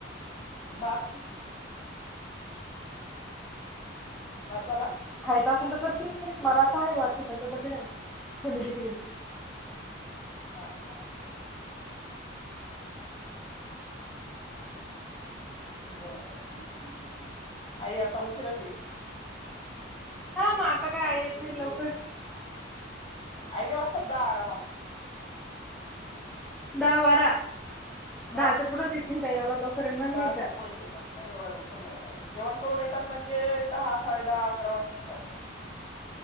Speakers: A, on the left (about 25°); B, in the centre.
A: बाकी भात झाला?
B: खायच असंन त करतीन. मला आता हाय भात, सकाळचा पडलेला हाय फोडणीची खिचड़ी.
A: हां का? बरं बर आई आता उशीराच ईल.
B: हा म आता काय, आई येत नाही लवकर.
A: आईला वाजतात दहा आरामात.
B: दहा बारा. दहाच्या
A: हा
B: पुुढंच येतील त्या एवढ्या लवकर येणार नाही
A: दहाच्या
B: त्या
A: पुढेच येतात नाही एवढ्या लवकर नाही येत आई जेवण करून येत पण म्हणजे दहा साडे दहा अकरा वाजतीलच आईला